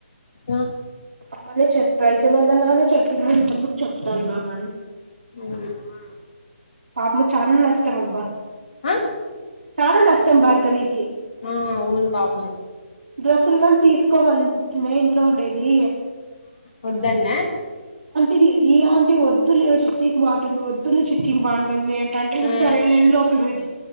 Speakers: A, on the left; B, on the right.
A: మ్మ్
B: అమ్మనే చెప్ప ఇతే బందమా అని చెప్పింది ముందుకు చెప్తాన్నా అని
A: ఉహ్
B: పాపం చానా నష్టం అబ్బా
A: ఆ
B: చాలా నష్టం భార్గవి
A: ఆ అవును పాపము
B: డ్రెస్సులు కోనీ తీసుకోమంటున్నాయి ఇంట్లో ఉండేది
A: వద్దు అన్నా
B: ఇది ఇలాంటివి వద్దులే చిట్టికి బాగుంటుంది వద్దులే చిట్టికి బాగుంటుంది అంటే ఇంక
A: ఆ
B: సరేలేని లోపల పెడితే